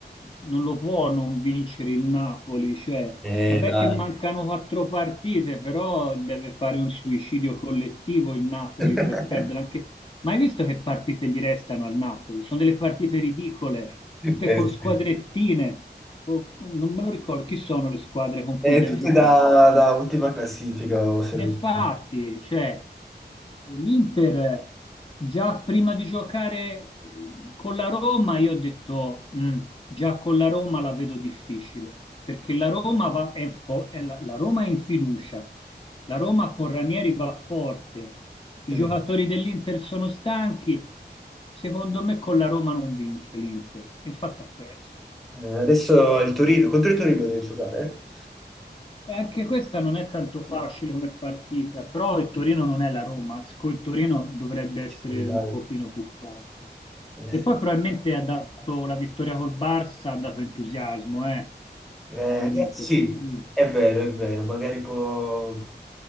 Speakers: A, on the left; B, in the centre.
A: non lo può non vincere il Napoli, cioè,
B: Eh,
A: vabbè
B: dai.
A: che mancano quattro partite, però deve fare un suicidio collettivo il Napoli
B: <laughs>
A: per perdere anche... Ma hai visto che partite gli restano al Napoli? Sono delle partite ridicole, tutte
B: Eh
A: con
B: sì.
A: squadrettine, o- non me lo ricordo chi sono le squadre con cui
B: Eh,
A: deve
B: tutte
A: giocare.
B: da, da ultima classifica, o se
A: E
B: non
A: Infatti,
B: sbaglio.
A: cioè, l'Inter già prima di giocare eh, con la Roma, io ho detto, "Mm, già con la Roma la vedo difficile, perché la Roma, va- è, fo- è la, la Roma è in fiducia, la Roma con Ranieri va forte, i
B: Sì.
A: giocatori dell'Inter sono stanchi, secondo me con la Roma non vince l'Inter, infatti ha perso.
B: Eh, adesso il Torino, contro il Torino devi giocare? eh?
A: E anche questa non è tanto facile come partita, però il Torino non è la Roma, con il Torino dovrebbe essere
B: Sì, dai.
A: un pochino più facile.
B: Eh,
A: E
B: sì.
A: poi probabilmente ha dato la vittoria col Barça, ha dato entusiasmo eh,
B: Eh,
A: all'Inter,
B: sì,
A: per cui
B: è vero, è vero, magari può...